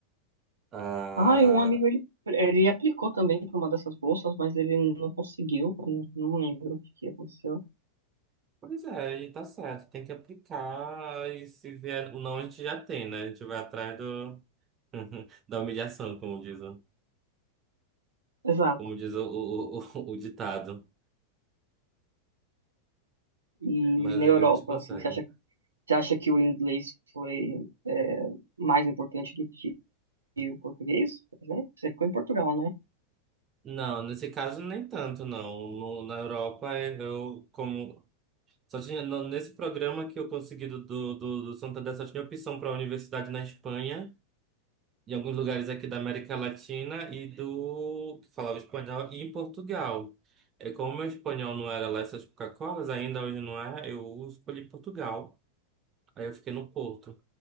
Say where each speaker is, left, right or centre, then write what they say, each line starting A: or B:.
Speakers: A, on the right (about 25°); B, on the right (about 75°).
A: Ah,
B: Ah, e um amigo, ele, ele aplicou também pra uma dessas bolsas, mas ele não conseguiu. Eu não, não lembro o que que aconteceu.
A: pois é, e tá certo. Tem que aplicar e se vier o não, a gente já tem, né? A gente vai atrás do, <laughs> da humilhação, como diz, o-
B: Exato.
A: como diz o, o, o, o ditado.
B: E
A: Mas às
B: na Europa,
A: vezes a gente consegue.
B: assim, você acha, você acha que o inglês foi é, mais importante do que o português? por exemplo? Você ficou em Portugal, né?
A: Não, nesse caso nem tanto, não. No- na Europa, eh, eu como só tinha no- nesse programa que eu consegui do, do, do, do Santander só tinha opção para a universidade na Espanha, em alguns lugares aqui da América Latina e do que falava espanhol e em Portugal. É como meu espanhol não era lá essas Coca-Colas, ainda hoje não é, eu escolhi Portugal. Aí eu fiquei no Porto.